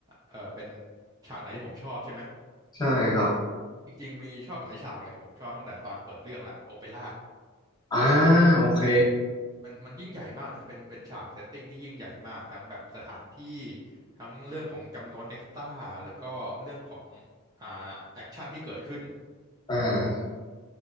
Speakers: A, on the right; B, on the left.
A: เออเป็นฉากไหนที่ผมชอบใช่ไหม
B: ใช่ครับ
A: จริงๆมีชอบหลายฉากเลยผมชอบตั้งแต่ตอนเปิดเรื่องละโอเปร่า
B: อ่าโอเค
A: มันมันยิ่งใหญ่มากนะเป็นเป็นฉากเซตติ้งที่ยิ่งใหญ่มากทั้งแบบสถานที่ทั้งเรื่องของจำนวนเอ็กซ์ตร้าแล้วก็เรื่องของอ่าแอคชั่นที่เกิดขึ้น
B: อ่า